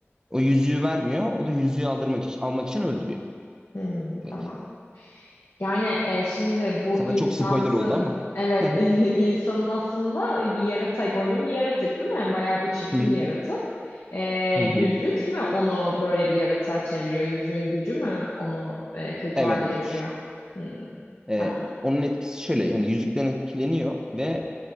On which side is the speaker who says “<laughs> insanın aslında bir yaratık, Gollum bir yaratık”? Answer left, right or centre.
Left